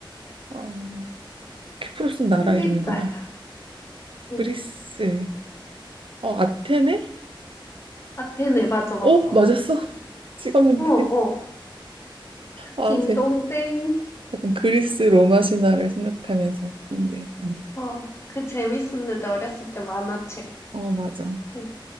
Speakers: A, on the right; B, on the left.
A: 어, 키프로스는 나라
B: 한 글자야.
A: 이름이구나.
B: 응.
A: 그리스, 어, 아테네?
B: 아테네, 맞아, 맞아.
A: 어, 맞았어. <laughs> 찍었는데,
B: 어, 어.
A: 아,
B: 딩동댕.
A: 제- 약간 그리스 로마 신화를 생각하면서, 근데, 음,
B: 어, 그 재밌었는데, 어렸을 때 만화책.
A: 어, 맞아.
B: 응,